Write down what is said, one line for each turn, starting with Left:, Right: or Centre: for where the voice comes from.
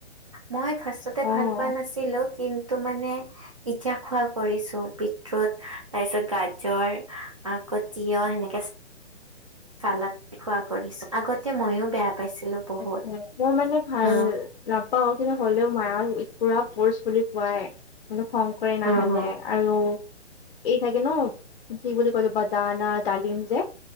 Right: মই ফাৰ্ষটতে
Left: অ',
Right: ভাল পোৱা নাছিলো কিন্তু মানে ইতিয়া খোৱা কৰিছো বিত ফ্ৰুট তাৰপিছত গাজৰ আকৌ তিয়হ সেনেকে চালাত খোৱা কৰিছো আগতে মইও বেয়া পাইছিলো বহুত
Left: আচছা মই মানে ভাল
Right: অ
Left: নাপাও কিন্তু হলেও মায়া পুৰা ফৰ্চ কৰি খোৱাই কিন্তু খং কৰে নাখালে
Right: অ হ
Left: আৰু এই থাকে ন কি বুলি কয় বাদানা ডালিম যে